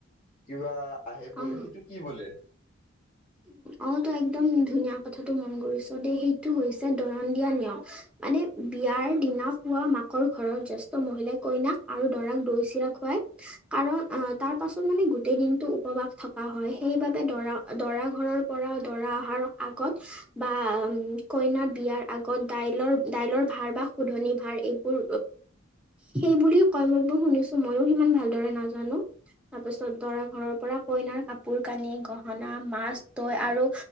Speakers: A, on the left; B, in the centre.
A: কিবা আহে
B: অ
A: বোলে, সেইটো কি বোলে।
B: অ একদম ধুনীয়া কথাটো মন কৰিছ দেই, সেইটো হৈছে দৰন দিয়া নিয়ম মানে বিয়াৰ বিয়াৰ দিনা পুৱা মাকৰ ঘৰত জেষ্ঠ মহিলাই কইনাক আৰু দৰাক দৈ চিৰা খুৱাই। কাৰণ অ' তাৰ পাছত মানে গোটেই দিনটো উপবাস থকা হয়। সেইবাবে দৰা দৰা ঘৰৰ পৰা দৰা অহাৰ আগত বা কইনাৰ বিয়াৰ আগত দাই দাইলৰ ভাৰ বা শোধনি ভাৰ এইবোৰ সেই বুলিও কয়, মই শুনিছো মইও সিমান ভালদৰে নাজানো। তাৰ পিছত দৰা ঘৰৰ পৰা কইনাৰ কাপোৰ কানি গহ ণা মাছ দৈ আৰু